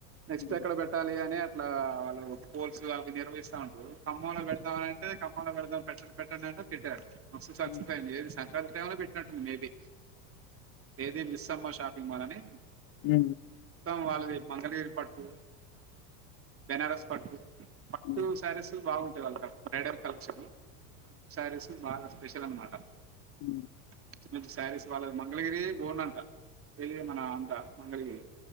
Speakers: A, on the right; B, on the left.
A: నెక్స్ట్
B: హ్మ్.
A: ఎక్కడ పెట్టాలి అనే అట్లా వాళ్ళు పోల్స్ అవి నిర్వహస్తా ఉంటారు ఖమ్మంలో పెడదాం అంటే ఖమ్మంలో పెడదాం పెట్టండి పెట్టండి అంటే పెట్టారు మస్త్ సక్సెస్
B: హ్మ్.
A: అయింది సంక్రాంతి టైంలో పెట్టినట్టుంది మేబీ బేబీ మిస్ మ్ షాపింగ్ మాల్ అని
B: హ
A: మొత్తం వాళ్ళది మంగళగిరి పట్టు బెనారస్ పట్టు పట్టు
B: హ్మ్.
A: సారీసులు బాగుంటంది మేడ కల్షా సిరీస్ కి బానే స్పెషల్ అన్నమాట
B: హ
A: మంచి మంచి శారీస్ వాళ్ళ మంగళగిరి బోన్ అంట తెలియ మన అంట మంగళగిరి